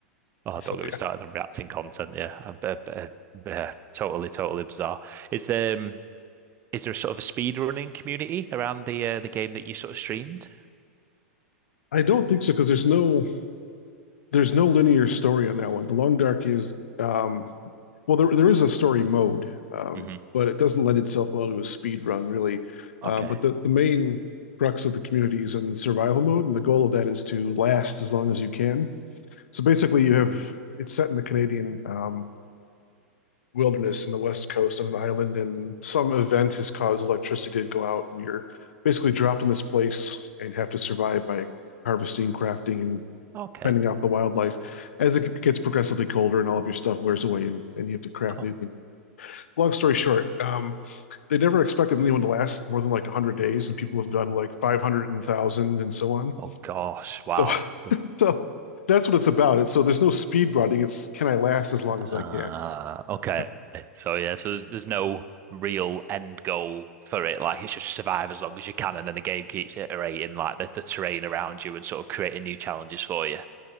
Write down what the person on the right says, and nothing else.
Oh,
don't get
me started on reacting content. Yeah, I, I, I, I- totally, totally bizarre. Is um, is there a sort of a speed running community around the uh, the game that you sort of streamed?
hmm
Okay,
okay.
Oh,
<laughs>
oh gosh, wow.
Uh,
okay.
So yeah, so there's, there's no real end goal for it. Like it's just survive as long as you can, and then the game keeps iterating like the, the terrain around you and sort of creating new challenges for you.